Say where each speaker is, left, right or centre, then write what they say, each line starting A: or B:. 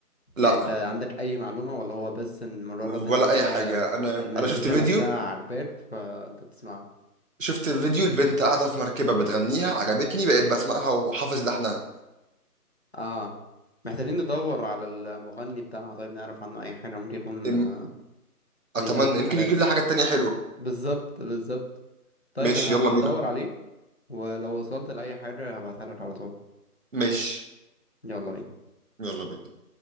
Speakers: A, on the right (about 55°); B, on the left (about 45°).
A: لا
B: يعني انت عندك اي معلومه ولا هو بس ان مجرد
A: ولا
B: ان انت
A: اي حاجه انا
B: المزيكا
A: انا شفت فيديو
B: نفسها عاجباك فانت بتسمعها
A: شفت فيديو البنت قاعدة في مركبة بتغنيها عجبتني بقيت بسمعها وحافظ لحنها
B: اه محتاجين ندور على المغني بتاعها طيب نعرف عنه اي حاجه ممكن يكون
A: أم-
B: آه، بينزل
A: أتمنى يمكن
B: حاجات
A: يجيب لي حاجات تانية حلوة
B: بالظبط بالظبط طيب
A: ماشي
B: انا
A: يلا
B: هدور
A: بينا
B: عليه ولو وصلت لاي حاجه هبعتها لك على طول
A: ماشي
B: يلا بينا
A: يلا بينا